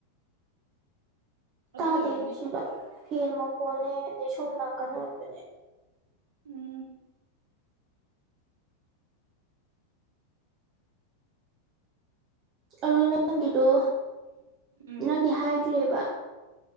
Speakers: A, on the right; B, on the right.
A: ꯑꯗꯨ
B: ꯇꯥꯗꯦ
A: ꯑꯣꯏꯔꯝꯅꯤ
B: ꯁꯤꯗ ꯐꯦꯟ ꯃꯈꯣꯟꯅꯦ ꯑꯗꯩ ꯁꯣꯝ ꯅꯥꯀꯟ ꯑꯣꯏꯕꯅꯦ
A: ꯎꯝ
B: ꯑꯗꯨ ꯅꯪꯒꯤꯗꯣ
A: ꯎꯝ
B: ꯅꯪꯗꯤ ꯍꯥꯏꯈ꯭ꯔꯦꯕ